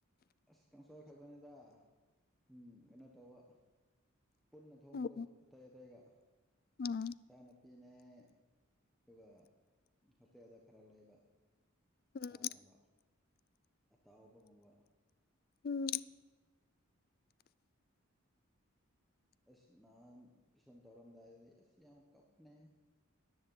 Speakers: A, in the centre; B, on the left.
A: ꯑꯁ ꯀꯪꯁꯪꯏ ꯈꯛꯇꯅꯤꯗ꯫ ꯎꯝ ꯀꯩꯅꯣ ꯇꯧꯕ ꯄꯨꯟꯅ ꯊꯣꯡꯕꯗ
B: ꯎꯝ
A: ꯑꯇꯩ- ꯑꯇꯩꯒ
B: ꯎꯝ
A: ꯆꯥꯅ ꯅꯨꯄꯤꯅꯦ ꯑꯗꯨꯒ ꯍꯣꯇꯦꯜꯗ ꯈꯔ ꯂꯩꯕ
B: ꯎꯝ
A: ꯁꯥꯒꯨꯝꯕ ꯑꯇꯥꯎꯕꯒꯨꯝꯕ
B: ꯎꯝ꯫
A: ꯏꯁ ꯅꯍꯥꯟ <unintelligible> ꯇꯧꯔꯝꯗꯥꯏꯗꯗꯤ ꯑꯁ ꯌꯥꯝ ꯀꯞꯅꯦ ꯍꯦ꯫